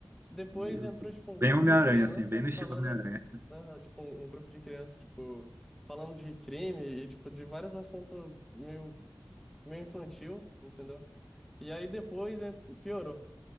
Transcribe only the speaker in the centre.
Depois
entrou,
tipo,
um grupo
de criança
falando,
ah, tipo, um, um grupo de criança, tipo, falando de crime e, tipo, de vários assuntos meio, meio infantil, entendeu? E aí depois eh, piorou.